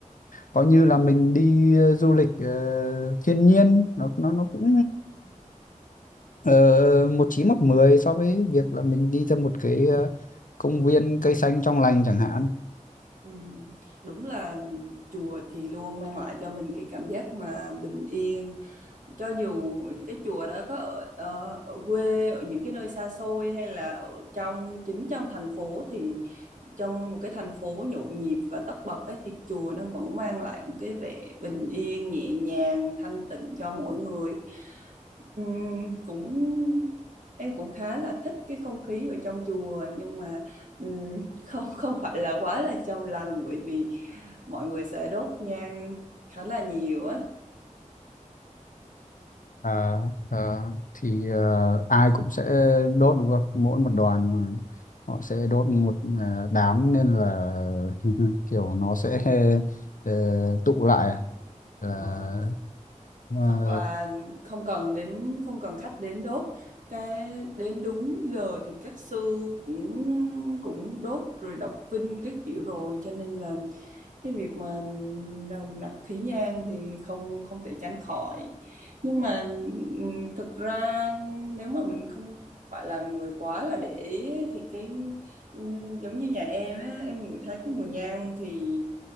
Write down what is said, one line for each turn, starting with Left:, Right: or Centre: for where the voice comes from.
Left: coi như là mình đi ờ, du lịch ờ, thiên nhiên nó nó nó cũng ờ, một chín một mười so với việc là mình đi ra một cái ờ, công viên cây xanh trong lành chẳng hạn
Right: Ừ, đúng là chùa thì luôn mang lại cho mình cái cảm giác mà bình yên. Cho dù cái chùa đó có ở, ờ, ở quê, ở những cái nơi xa xôi hay là ở trong chính trong thành phố thì trong một cái thành phố nhộn nhịp và tấp bật ấy, thì chùa nó vẫn mang lại một cái vẻ bình yên nhẹ nhàng thanh tịnh cho mỗi người Ừm, cũng em cũng khá là thích cái không khí ở trong chùa nhưng mà ừm, <laughs> không không phải là quá là trong lành bởi vì mọi người sẽ đốt nhang khá là nhiều á
Left: Ờ, ờ, thì ờ, ai cũng sẽ đốt đúng không mỗi một đoàn mà họ sẽ đốt một ờ, đám nên là <laughs> kiểu nó sẽ ờ, tụ lại à? là
Right: Vâng.
Left: mà
Right: hoặc là không cần đến không cần khách đến đốt cái đến đúng giờ thì các sư cũng cũng đốt rồi đọc kinh các kiểu rồi cho nên là cái việc mà nồng nặc khí nhang thì không không thể tránh khỏi nhưng mà ừm, thực ra nếu mà mình không phải là người quá là để ý ấy, thì cái ừm, giống như nhà em á em ngửi thấy cái mùi nhang thì